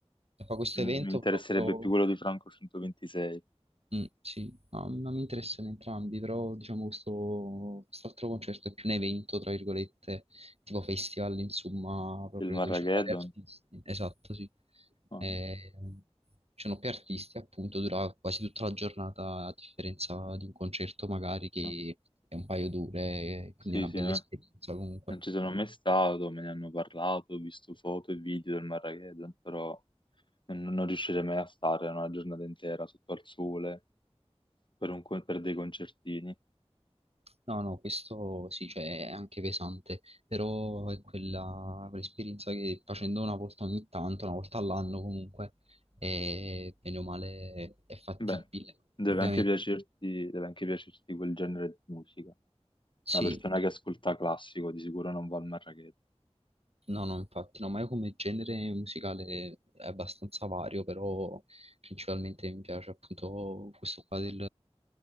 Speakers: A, on the right; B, on the left.
A: E fa questo
B: Mi,
A: evento
B: mi interesserebbe
A: proprio...
B: più quello di Franco 126,
A: Mm, sì, no, non mi interessano entrambi, però diciamo questo quest'altro concerto è più un evento, tra virgolette, tipo festival, insomma, proprio
B: il Marrageddon.
A: dove ci sono vari artisti. Esatto, sì.
B: No,
A: Eh, ci sono più artisti, appunto, dura quasi tutta la giornata, a differenza di un concerto magari che
B: no.
A: è un paio d'ore, eh, quindi
B: Sì,
A: è una
B: sì,
A: bella
B: no.
A: esperienza comunque.
B: Non ci sono mai stato, me ne hanno parlato, ho visto foto e video del Marrageddon, però non, non riuscirei mai a stare una giornata intera sotto al sole per, un con- per dei concertini.
A: No, no, questo sì, cioè è anche pesante, però è quella, quell'esperienza che facendo una volta ogni tanto, una volta all'anno comunque, è, bene o male è fattibile.
B: Beh, deve
A: Ovviamente
B: anche piacerti, deve anche piacerti quel genere di musica.
A: sì,
B: Una persona che ascolta classico di sicuro non va al Marrageddon,
A: No, no, infatti, no, ma io come genere musicale è abbastanza vario, però principalmente mi piace appunto questo qua del,